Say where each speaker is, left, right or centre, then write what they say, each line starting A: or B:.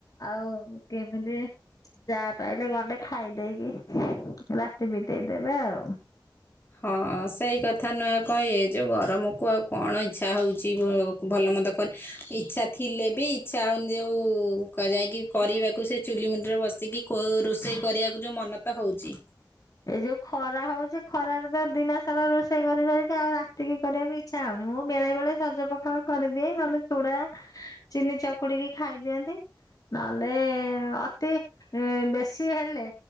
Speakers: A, on the left; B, on the left.
A: ଆଉ କେମିତି ଯାହା ପାଇଲେ ଗଣ୍ଡେ ଖାଇ ଦେଇକି ରାତି ବିତେଇଦେବା ଆଉ।
B: ହଁ ସେଇ କଥା ନୁହେଁ ଆଉ କଣ ଏ ଯୋଉ ଗରମକୁ ଆଉ କଣ ଇଚ୍ଛା ହଉଛି ବୋ। ଭଲ ମନ୍ଦ କରି ଇଚ୍ଛା ଥିଲେ ବି ଇଚ୍ଛା ହଉନି ଯୋଉ କୁହା ଯାଏକି କରିବାକୁ ସେ ଚୁଲି ମୁଣ୍ଡରେ ବସିକି କୋଉ ରୋଷେଇ କରିବାକୁ ଯୋଉ ମନ ତ ହଉଚି।
A: ଏଇ ଯୋଉ ଖରା ହଉଛି ଖରାରେ ତ ଦିନ ସାରା ରୋଷେଇ କରି କରିକା ଆଉ ରା ଟିକେ କରିବାକୁ ଇଚ୍ଛା ହଉନି। ମୁଁ ବେଳେ ବେଳେ ସଜ ପଖାଳ କରିଦିଏ। ନହେଲେ ଚୁଡା ଚିନି ଚକୁଡିକି ଖାଇଦିଅନ୍ତି। ନଲେ ଅତି ଉଁ, ବେଶୀ ହେଲେ